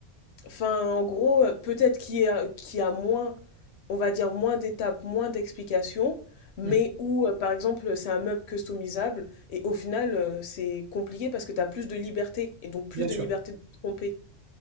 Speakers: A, on the left; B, on the right.
A: Enfin, en gros, euh, peut-être qu'il y a, qu'il y a moins, on va dire, moins d'étapes, moins d'explications, mais
B: mm,
A: où, euh, par exemple, c'est un meuble customisable, et au final, euh, c'est compliqué parce que tu as plus de liberté, et donc plus
B: Bien
A: de
B: sûr.
A: liberté de te tromper.